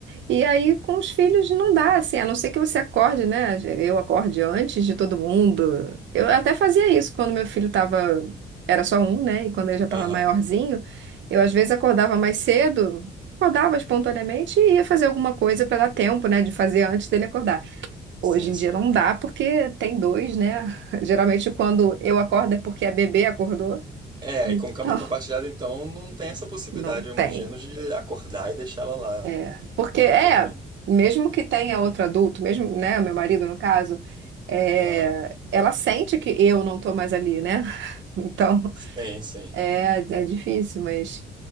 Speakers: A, on the right (about 70°); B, on the right (about 20°).
A: e aí com os filhos não dá, assim, a não ser que você acorde, né? Eu acorde antes de todo mundo. Eu até fazia isso quando meu filho tava, era só um, né? E quando ele já estava
B: Aham,
A: maiorzinho, eu às vezes acordava mais cedo, acordava espontaneamente e ia fazer alguma coisa para dar tempo, né? De fazer antes dele acordar. Hoje
B: sim,
A: em
B: sim.
A: dia não dá porque tem dois, né? <laughs> Geralmente quando eu acordo é porque a bebê acordou.
B: É,
A: Então,
B: e com cama compartilhada, então, não tem essa possibilidade,
A: não
B: eu imagino,
A: tem.
B: de acordar e deixar ela lá,
A: É, porque é,
B: dormindo.
A: mesmo que tenha outro adulto, mesmo, né, meu marido no caso, é,
B: Aham.
A: ela sente que eu não tô mais ali, né? <laughs> Então,
B: Sim, sim.
A: é, é difícil, mas